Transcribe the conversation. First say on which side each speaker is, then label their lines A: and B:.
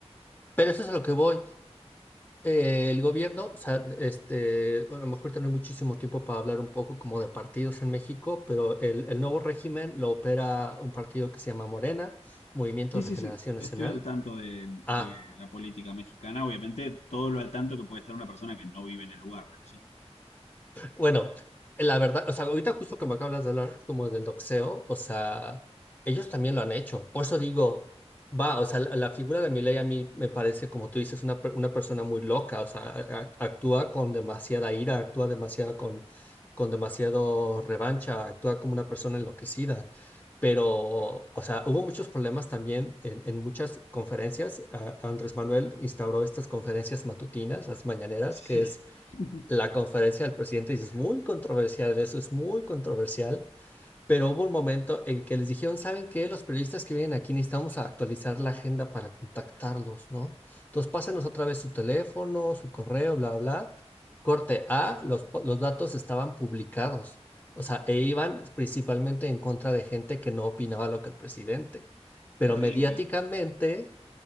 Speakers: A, on the left; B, on the left.
A: Pero eso es a lo que voy. Eh, el gobierno, o sea, este, bueno, a lo mejor tenemos muchísimo tiempo para hablar un poco como de partidos en México, pero el, el nuevo régimen lo opera un partido que se llama Morena, Movimiento
B: Sí, sí,
A: de Regeneración
B: sí.
A: Nacional.
B: Estoy al tanto de,
A: Ah.
B: de la política mexicana. Obviamente, todo lo al tanto que puede estar una persona que no vive en el lugar, pero sí.
A: Bueno, la verdad, o sea, ahorita justo como acabas de hablar como del doxeo, o sea, ellos también lo han hecho. Por eso digo, va, o sea, la, la figura de Milei a mí me parece, como tú dices, una, per- una persona muy loca, o sea, a- a- actúa con demasiada ira, actúa demasiado con, con demasiado revancha, actúa como una persona enloquecida. Pero, o sea, hubo muchos problemas también en, en muchas conferencias. A- Andrés Manuel instauró estas conferencias matutinas, las mañaneras,
B: Sí.
A: que es
B: <laughs>
A: la conferencia del presidente dice, es muy controversial, eso es muy controversial, pero hubo un momento en que les dijeron, ¿saben qué? Los periodistas que vienen aquí necesitamos actualizar la agenda para contactarlos, ¿no? Entonces pásenos otra vez su teléfono, su correo, bla, bla. Corte A, los, los datos estaban publicados, o sea, e iban principalmente en contra de gente que no opinaba lo que el presidente, pero
B: terribles
A: mediáticamente...